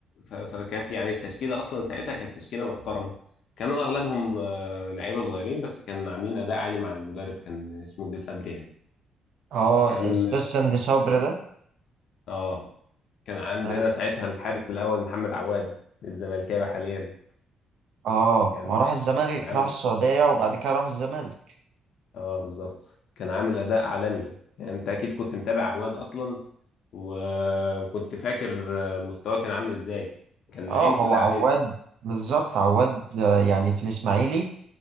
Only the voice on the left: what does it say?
ف- فكانت يعني التشكيله اصلا ساعتها كانت تشكيله محترمه كانوا اغلبهم آه، لعيبه صغيرين بس كانوا عاملين اداء عالي مع المدرب كان اسمه دي صبري يعني
كان
اه كان عندنا
ساعتها الحارس الاول محمد عواد الزملكاوي حاليا
كان
كان عامل
اه بالظبط كان عامل اداء عالمي يعني انت اكيد كنت متابع عواد اصلا و... وكنت فاكر مستواه كان عامل ازاي كان
العين
كلها
عليه